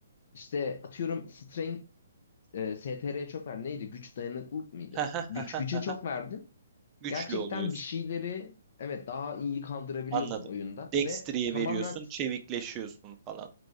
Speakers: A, on the left (about 50°); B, on the right (about 25°).
A: işte atıyorum strength e, STR'ye çok verdin. Neydi? Güç dayanıklılık mıydı?
B: Aha,
A: Güç
B: aha,
A: güce
B: aha.
A: çok verdin.
B: Güçlü
A: Gerçekten
B: oluyorsun.
A: bir şeyleri evet daha iyi kaldırabiliyorsun
B: Anladım.
A: oyunda
B: Dextry'ye
A: ve tamamen
B: veriyorsun, çevikleşiyorsun falan.